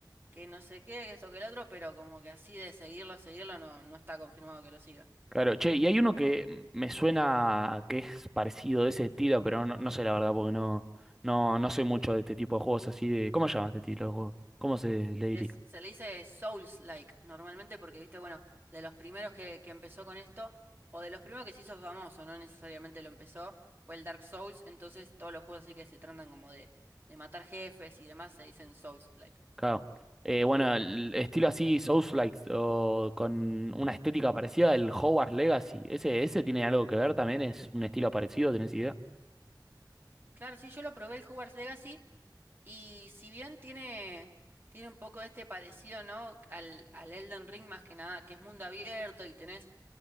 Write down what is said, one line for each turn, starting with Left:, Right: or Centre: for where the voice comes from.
Right: que no sé qué, que esto que el otro, pero como que así de seguirlo, seguirlo, no, no está confirmado que lo siga.
Centre: Claro, che, y hay uno que me suena que es parecido de ese estilo, pero no, no sé la verdad, porque no, no, no soy mucho de este tipo de juegos así de. ¿Cómo se llama este tipo de juegos? ¿Cómo se le diría?
Right: Es, se le dice Souls-like normalmente porque, viste, bueno, de los primeros que, que empezó con esto, o de los primeros que se hizo famoso, no necesariamente lo empezó, fue el Dark Souls, entonces todos los juegos así que se tratan como de, de matar jefes y demás se dicen Souls-like.
Centre: Claro. Eh, bueno, el estilo así, Souls-like, o con una estética parecida del Hogwarts Legacy. ¿Ese, ese tiene algo que ver también? ¿Es un estilo parecido? ¿Tenés idea?
Right: Claro, sí, yo lo probé el Hogwarts Legacy y si bien tiene, tiene un poco este parecido, ¿no? Al, al Elden Ring más que nada, que es mundo abierto y tenés